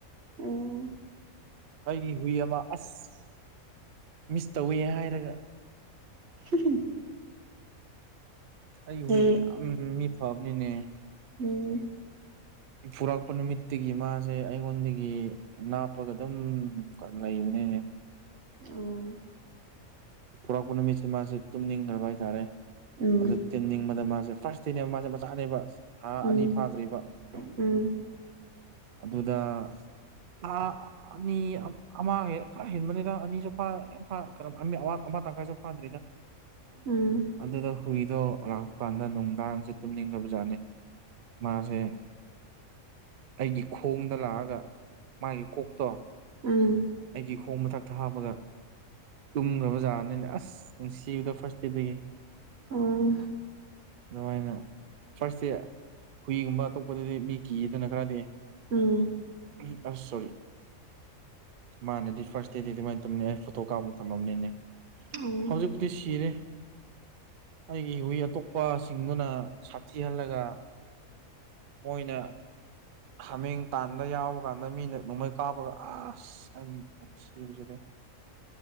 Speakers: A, on the right; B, on the right.
A: ꯎꯟ
B: ꯑꯩꯒꯤ ꯍꯨꯏ ꯑꯃ ꯑꯁ ꯃꯤꯁ ꯇꯧꯏꯦ ꯍꯥꯏꯔꯒ
A: <unintelligible>
B: ꯑꯩ
A: ꯂꯩ
B: ꯍꯨꯏꯗꯤ ꯌꯥꯝ ꯃꯤ ꯐꯕꯅꯤꯅꯦ
A: ꯎꯝ
B: ꯄꯨꯔꯛꯄ ꯅꯨꯃꯤꯠꯇꯒꯤ ꯃꯥꯁꯦ ꯑꯩꯉꯣꯟꯗꯒꯤ ꯅꯥꯞꯄꯒ ꯑꯗꯨꯝ ꯂꯩꯕꯅꯤꯅꯦ
A: ꯑꯣ
B: ꯄꯨꯔꯛꯄ ꯅꯨꯃꯤꯠꯁꯦ ꯃꯥꯁꯦ ꯇꯨꯝꯅꯤꯡꯈ꯭ꯔꯕ ꯍꯥꯏꯇꯥꯔꯦ
A: ꯎꯝ
B: ꯑꯗꯨ ꯇꯤꯟꯅꯤꯡꯕꯗ ꯃꯥꯁꯦ ꯐꯥꯔꯁ ꯗꯦꯅꯦꯕ ꯃꯥꯁꯦ ꯃꯆꯥꯅꯦꯕ ꯊꯥ
A: ꯎꯝ
B: ꯑꯅꯤ ꯐꯥꯗ꯭ꯔꯤꯕ
A: ꯎꯝ
B: ꯑꯗꯨꯗ ꯊꯥ ꯑꯅꯤ ꯑꯃ ꯈꯔ ꯍꯦꯟꯕꯅꯤꯅ ꯑꯅꯤꯁꯨ ꯐ ꯌꯥꯝ ꯐ ꯀꯩꯅꯣ ꯑꯋꯥꯠ ꯑꯃ ꯇꯥꯪꯈꯥꯏꯁꯨ ꯐꯥꯗ꯭ꯔꯤꯗ
A: ꯎꯝ
B: ꯑꯗꯨꯗ ꯍꯨꯏꯗꯣ ꯂꯥꯛꯄ ꯀꯥꯟꯗ ꯅꯨꯡꯗꯥꯡꯁꯦ ꯇꯨꯝꯅꯤꯡꯗꯕꯖꯥꯠꯅꯤ ꯃꯥꯁꯦ ꯑꯩꯒꯤ ꯈꯣꯡꯗ ꯂꯥꯛꯑꯒ ꯃꯥꯒꯤ ꯀꯣꯛꯇꯣ
A: ꯎꯝ
B: ꯑꯩꯒꯤ ꯈꯣꯡ ꯃꯊꯛꯇ ꯍꯥꯞꯄꯒ ꯇꯨꯝꯈ꯭ꯔꯕꯖꯥꯠꯔꯅꯤꯅꯦ ꯑꯁ ꯅꯨꯡꯁꯤꯕꯗꯣ ꯐꯥꯔꯁ ꯗꯦꯗꯒꯤ
A: ꯎꯟ
B: ꯑꯗꯨꯃꯥꯏꯅ ꯐꯥꯔꯁꯁꯦ ꯍꯨꯏꯒꯨꯝꯕ ꯑꯇꯣꯞꯄꯗꯗꯤ ꯃꯤ ꯀꯤꯌꯦꯗꯅ ꯈꯔꯗꯤ
A: ꯎꯟ
B: ꯎꯝ ꯑ ꯁꯣꯔꯤ ꯃꯥꯥꯟꯅꯗꯤ ꯐꯥꯔꯁ ꯗꯦꯗꯤ ꯑꯗꯨꯃꯥꯏꯅ ꯇꯧꯅꯤ ꯑꯩ ꯐꯣꯇꯣ ꯀꯥꯞ ꯊꯝꯃꯅꯤꯅꯦ
A: ꯑꯣ ꯎꯝ ꯑꯣ ꯎꯝ
B: ꯍꯧꯖꯤꯛꯄꯨꯗꯤ ꯁꯤꯔꯦ ꯑꯩꯒꯤ ꯍꯨꯏ ꯑꯇꯣꯞꯄꯁꯤꯡꯗꯨꯅ ꯁꯥꯊꯤꯍꯜꯂꯒ ꯃꯣꯏꯅ ꯍꯥꯃꯦꯡ ꯇꯥꯟꯕ ꯌꯥꯎꯕ ꯀꯥꯟꯗ ꯃꯤꯅ ꯅꯣꯡꯃꯩ ꯀꯥꯞꯄꯒ ꯑꯁ ꯑ ꯆꯦꯖ ꯀꯔꯤ <unintelligible>